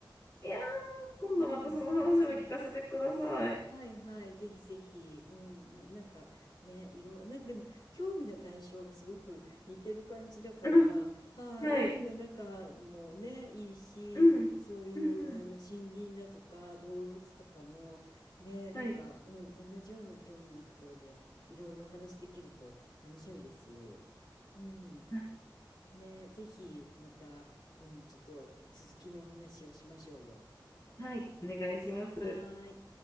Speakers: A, on the left (about 45°); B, on the left (about 70°).
A: いやー、今度またその話も聞かせてください。
B: うんはいはい、ぜひぜひ、うん、まあ、なんかね、いろんな、なんかでも興味の対象がすごく似てる感じだから、
A: うん。
B: はい、
A: はい。
B: 海の中もね、いいし、
A: うん。
B: そういうあの森林だとか動物とかも、
A: うんうん。
B: ね、なんか、
A: はい。
B: うん、同じような興味のところでいろいろお話できると楽しみです。うん、
A: あ
B: ね、ぜひまた、うん、ちょっと続きのお話をしましょうよ。
A: はい。お願いします。
B: はーい。